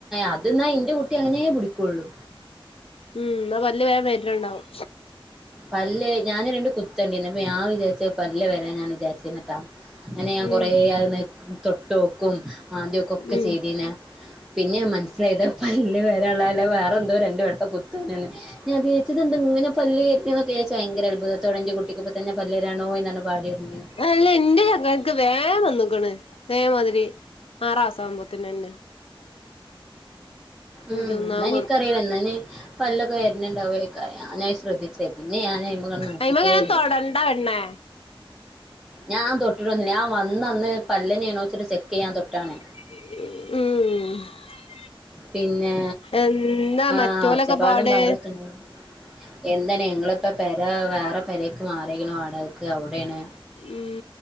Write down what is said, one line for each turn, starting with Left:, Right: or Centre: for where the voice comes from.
Centre: അത്െന്നാ എറെ കുട്ടി അങ്ങനെയ പിടിക്കുള്ളു
Left: ഉം ഇന്നാ പല്ല് വേം വര്ന്ണ്ടാവും
Centre: പല്ലല് ഞാന്ൻ രണ്ടണ്ട് കുത്തണ്ടിരുന്നുപ്പ ഞാ വിചാരിച്ച പല്ലല് വരാ ഞ ിട്ട അങ്ങനെ ഞാൻ
Left: ഉം
Centre: കൊറെ അത് തൊട്ട്െക്കും ആദ്യക്കും ഒക്കെ
Left: ഉം
Centre: ചെയ്തന്നെ പിന്നെ മനസിലായതാപ്പ വേള്ളാല വേറെ എന്തോ രണ്ട വം കുത്ത ഞ എ ഇനെ പല്ലല് കക്ക ഭയങ്കര അത്ഭുതത്തോ എന്റെ കുട്ടിക്കക്ക്ിൊ തന്നെ പല്ലേരാണോ എന്നാണ് പാടിരുന്ന
Left: അല്ല എന്റെ ചക്കർക്ക് വേഗ വന്നോക്കണ് വേമാതിരി ആറസഭവത്തിന്ന്നെ
Centre: ഉം
Left: തിന്നാൻ
Centre: എന്ന എനിക്കറിയില്ല
Left: കൊടുക്കും
Centre: ാന് പല്ലൊക്കെ വരണ്ടാവ ഞ ശ്രദ്ധിച്ച അെ പിന്നെ ഞാന്മക നോക്കിട്ടേല്ല
Left: അയിമ ഇങ്ങനെ തൊടണ്ട പെണ്ണേ
Centre: ഞാൻ തൊട്ടിട്ട വന്നില്ല ഞാ വന്നന്ന് പല്ലനെയണോ വച്ചിട്ട് ചെക്ക് ചെയ്യാൻ തൊട്ടാണ്
Left: ഉം
Centre: പിന്നെ
Left: എന്താ
Centre: ആഹ
Left: മറ്റോലൊക്കെ
Centre: ഒച്ചപ്പാടും
Left: പാട്
Centre: പാവളൊക്കെ ഉണ്ട എന്താണ് ങ്ങള ഇപ്പ പര വേറെ പരക്ക് മാറണു വാടകക്ക് അവിടൊണ്
Left: ഉം